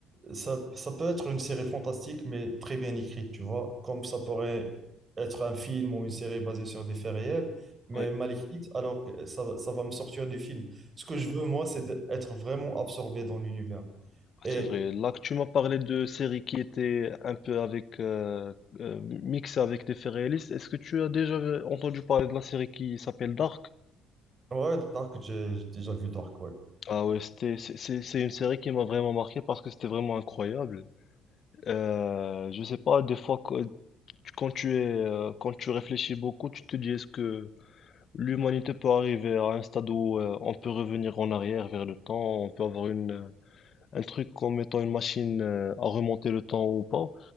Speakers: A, on the right; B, on the left.
A: ça, ça peut être une série fantastique, mais très bien écrite, tu vois, comme ça pourrait être un film ou une série basée sur des faits réels, mais
B: Oui,
A: mal écrite, alors que ça, ça va me sortir du film. Ce que je veux, moi, c'est d'être vraiment absorbé dans l'univers. Et
B: c'est vrai. Là que tu m'as parlé de séries qui étaient un peu avec euh, euh, mixées avec des faits réalistes, est-ce que tu as déjà entendu parler de la série qui s'appelle Dark?
A: ouais, Dark, j'ai j'ai déjà vu Dark, ouais.
B: Ah ouais, c'était, c'est c'est- c'est une série qui m'a vraiment marqué parce que c'était vraiment incroyable. Euh, je sais pas, des fois, quand tu quand tu es, euh, quand tu réfléchis beaucoup, tu te dis est-ce que L'humanité peut arriver à un stade où euh, on peut revenir en arrière vers le temps, on peut avoir une, euh, un truc comme étant une machine euh, à remonter le temps ou pas.